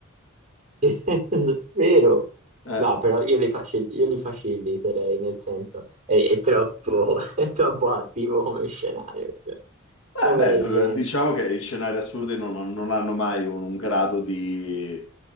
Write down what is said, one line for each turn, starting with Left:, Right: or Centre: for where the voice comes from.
Right: <laughs> Vero?
Left: Eh,
Right: No, però io li, facil- io li faciliterei, nel senso, è, è troppo, <laughs> è troppo attivo come scenario. cioè,
Left: beh,
Right: povera
Left: beh,
Right: gente,
Left: diciamo che i scenari assurdi non, non hanno mai un, un grado di.